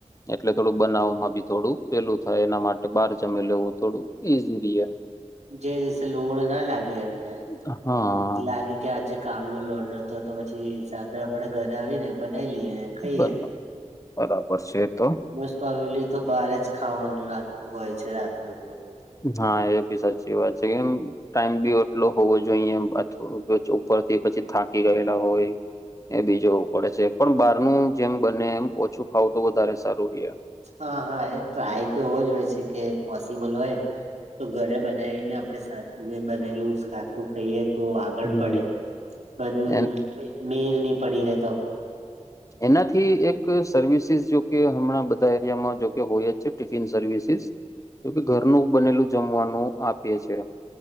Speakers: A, on the left; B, on the right.
A: એટલે થોડું બનાવમાં બી થોડું પેલું થાય, એના માટે બાહર જમી લેવું થોડું ઈઝી રીએ
B: જે દિવસે લોડ ના લાગે એમને
A: હા
B: લાગે કે આજે કામનું લોડ ન તો તો પછી સાજે આપડે ઘરે આવીને બનાવી લઈએ. ખાઈએ
A: બર બરાબર છે એ તો
B: મોસ્ટ પ્રોબેબલ્યી તો બહાર જ ખાવાનુ રાખલું હોય છે. રાતનું તો-
A: હા, એ બી સાચી વાત છે. કેમ? ટાઈમ બી એટલો હોવો જોઈએ. ઉપરથી પછી થાકી ગયે લા હોય. એ બીજો પડે છે, પણ બહારનું જેમ બને એમ, ઓછું ખાવું તો વધારે સારુંરી.
B: હા હા. એ ટ્રાય તો એવો જ હોય છે. કે પોસિબલ હોય. તો ઘરે બનાવીને, આપણે સા મેં બનેલું સાતું ખાઈએ. તો આગળ
A: હમ
B: પડે, પણ
A: એન
B: મેર નહી પડી રહે.
A: એનાથી એક સર્વિસીસ જોકે હમણાં બધા એરિયામાં જોકે હોય જ છે ટિફિન સર્વિસીસ જોકે ઘરનું બનેલું જમવાનું આપીએ છે.